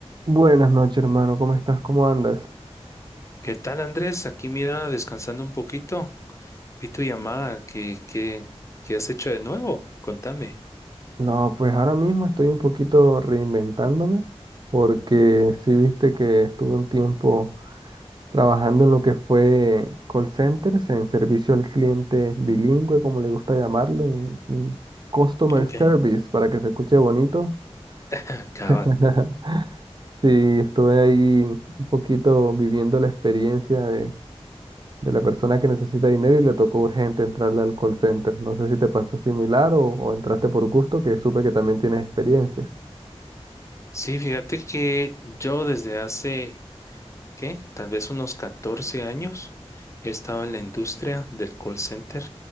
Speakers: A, on the right; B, on the left.
A: Buenas noches, hermano. ¿Cómo estás? ¿Cómo andas?
B: ¿Qué tal, Andrés? Aquí mira, descansando un poquito. Vi tu llamada. ¿Qué, qué, qué has hecho de nuevo? Contame.
A: No, pues ahora mismo estoy un poquito reinventándome porque sí viste que estuve un tiempo trabajando en lo que fue call centers, en servicio al cliente bilingüe, como le gusta llamarlo, en, en customer
B: Ok,
A: service, para que se escuche bonito.
B: Ah, Cabal.
A: <laughs> Sí, estuve ahí un poquito viviendo la experiencia de la persona que necesita dinero y le tocó urgente entrarle al call center. No sé si te pasó similar o, o entraste por gusto, que supe que también tienes experiencia.
B: Sí, fíjate que yo desde hace, ¿qué? Tal vez unos 14 años he estado en la industria del call center,